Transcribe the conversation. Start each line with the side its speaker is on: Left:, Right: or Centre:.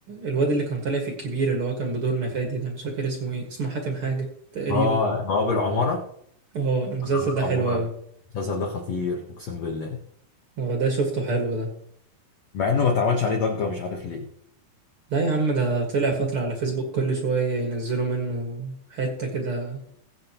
Right: الواد اللي كان طالع في الكبير اللي هو كان بدور نفادي ده مش فاكر اسمه ايه اسمه حاتم حاجة تقريبا
Left: اه ما هو بالعماره
Right: اه المسلسل
Left: ما هو
Right: ده حلو
Left: بالعماره
Right: قوي
Left: المسلسل ده خطير اقسم بالله
Right: هو ده شفته حلو ده
Left: مع انه ما اتعملش عليه ضجه مش عارف ليه
Right: لا يا عم ده طلع فترة على فيسبوك كل شوية ينزلوا منه حتة كده